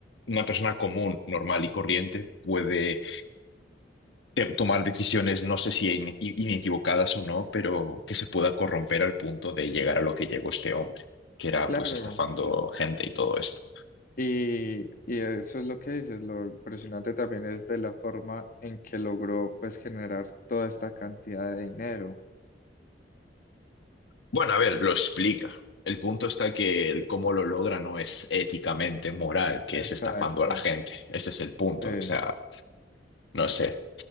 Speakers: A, on the left; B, on the left.
A: una persona común, normal y corriente puede te- tomar decisiones, no sé si in- inequivocadas o no, pero que se pueda corromper al punto de llegar a lo que llegó este hombre, que era
B: claro.
A: pues estafando gente y todo esto.
B: Y, y eso es lo que dices. Lo impresionante también es de la forma en que logró, pues, generar toda esta cantidad de dinero.
A: Bueno, a ver, lo explica. El punto está que el cómo lo logra no es éticamente moral, que
B: Exacto.
A: es estafando a la gente. Ese es el punto.
B: Sí.
A: O sea, no sé.